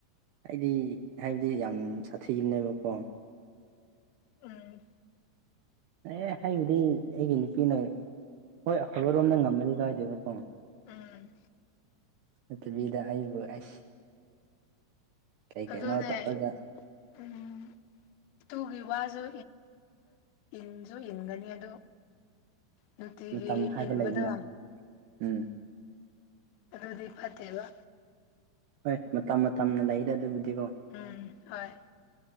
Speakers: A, on the right (about 75°); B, on the left (about 80°).
A: ꯑꯩꯗꯤ ꯍꯥꯏꯕꯗꯤ ꯌꯥꯝ ꯁꯥꯊꯤꯕꯅꯦꯕꯀꯣ
B: ꯎꯝ
A: ꯑꯦ ꯑꯩꯕꯨꯗꯤ ꯑꯩꯒꯤ ꯅꯨꯄꯤꯅ ꯍꯣꯏ ꯑꯐꯕꯔꯣꯝꯗ ꯉꯝꯃꯗꯤ ꯀꯥꯏꯗꯦꯕꯀꯣ
B: ꯎꯝ
A: ꯑꯗꯨꯅꯤꯗ ꯑꯩꯕꯨ ꯑꯁ ꯀꯩ ꯀꯩꯅꯣ
B: ꯑꯗꯨꯅꯦ
A: ꯇꯧꯔꯒ
B: ꯎꯝ ꯇꯨꯒꯤ ꯋꯥꯁꯨ ꯏꯟꯁꯨ ꯏꯟꯒꯅꯤ ꯑꯗꯨ ꯅꯨꯇꯤꯒꯤ
A: ꯃꯇꯝ ꯍꯥꯏꯕ
B: ꯏꯟꯕꯗꯨ
A: ꯂꯩꯗꯅ ꯎꯝ
B: ꯑꯗꯨꯗꯤ ꯐꯠꯇꯦꯕ
A: ꯍꯣꯏ ꯃꯇꯝ ꯃꯇꯝꯅ ꯂꯩꯗ ꯑꯗꯨꯕꯨꯗꯤꯀꯣ
B: ꯎꯝ ꯍꯣꯏ